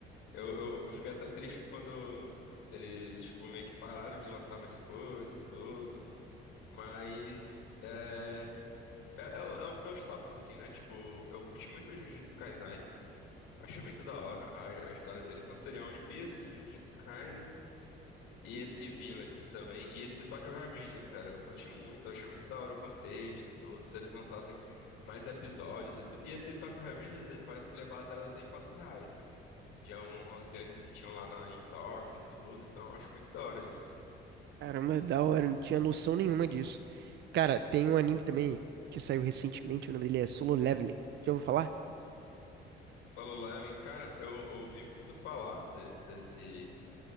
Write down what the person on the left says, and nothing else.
Eu, eu, eu fiquei até triste quando eles, tipo, meio que pararam de lançar mais coisa e tudo. Mas, é, é, é, o- é o meus tops, assim, né? Tipo, eu curti muito o Jujutsu Kaisen. Achei muito da hora a, a história dele. Então, seria One Piece, Jujutsu Kaisen. E esse Vinland também. E esse Tokyo Revengers, cara. Eu curti muito. Eu achei muito da hora o contexto e tudo. Se eles lançassem mais episódios e tudo. E esse Tokyo Revengers eh, parece que ele é baseado até em fatos reais, né? De um- umas gangues que tinham lá na- em Tóquio e tudo. Então eu acho muito da hora isso.
Solo Leveling. Cara, eu ouvi muito falar de- desse,